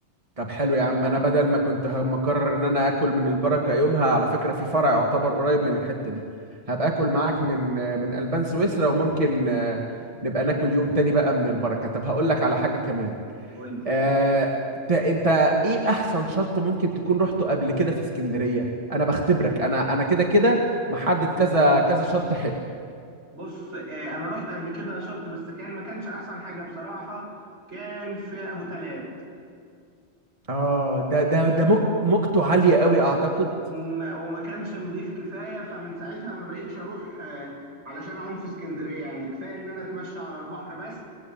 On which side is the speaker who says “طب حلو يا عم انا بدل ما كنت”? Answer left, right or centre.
Right